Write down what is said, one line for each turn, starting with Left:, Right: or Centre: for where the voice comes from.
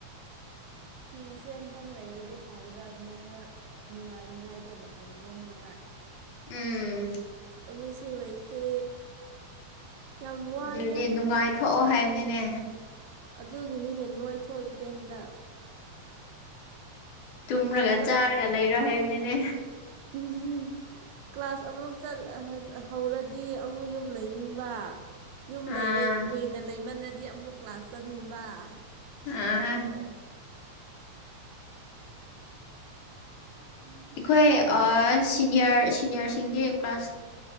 Right: ꯐꯤ ꯁꯦꯝꯐꯝ ꯂꯩꯔꯗꯤ ꯐꯒꯗꯕꯅꯦ ꯈꯔ ꯅꯨꯡꯉꯥꯏꯅꯤꯉꯥꯏꯀꯣ ꯃꯇꯝꯅ ꯂꯦꯟꯅꯤꯉꯥꯏ
Left: ꯎꯝ
Right: ꯑꯗꯨꯁꯨ ꯂꯩꯇꯦ ꯌꯥꯝ ꯋꯥꯏꯗ
Left: ꯑꯗꯨꯗꯤ ꯅꯨꯡꯉꯥꯏꯊꯣꯛꯑꯣ ꯍꯥꯏꯕꯅꯤꯅꯦ
Right: ꯑꯗꯨꯒꯤꯅꯤꯅꯦ ꯅꯣꯏ ꯊꯣꯛꯏꯁꯦ ꯍꯟꯗꯛ
Left: ꯇꯨꯝꯔꯒ
Right: ꯀ꯭ꯂꯥꯁ
Left: ꯆꯥꯔꯒ ꯂꯩꯔꯣ ꯍꯥꯏꯕꯅꯤꯅꯦ
Right: ꯎꯍꯨꯝ ꯀ꯭ꯂꯥꯁ ꯑꯃꯨꯛ ꯆꯠ ꯍꯧꯔꯗꯤ ꯑꯃꯨꯛ ꯌꯨꯝ ꯂꯩꯅꯤꯡꯕ ꯌꯨꯝ ꯂꯩꯔꯗꯤ
Left: ꯑꯥ
Right: ꯀꯨꯏꯅ ꯂꯩꯃꯟꯅꯗꯤ ꯑꯃꯨꯛ ꯀ꯭ꯂꯥꯁ ꯆꯠꯅꯤꯡꯕ
Left: ꯑꯥ
Right: ꯁꯨꯃꯥꯏꯅ ꯇꯧꯋꯦ ꯎꯝ
Left: ꯑꯩꯈꯣꯏ ꯑꯥ ꯁꯤꯅꯤꯌꯔ ꯁꯤꯅꯤꯌꯔꯁꯤꯡꯒꯤ ꯀ꯭ꯂꯥꯁ